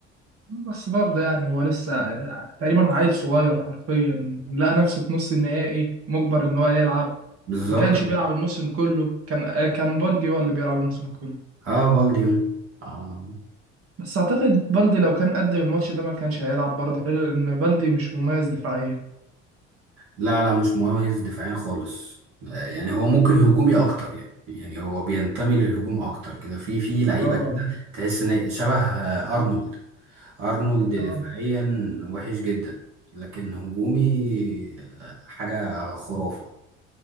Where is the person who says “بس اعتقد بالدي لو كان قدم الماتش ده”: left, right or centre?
Right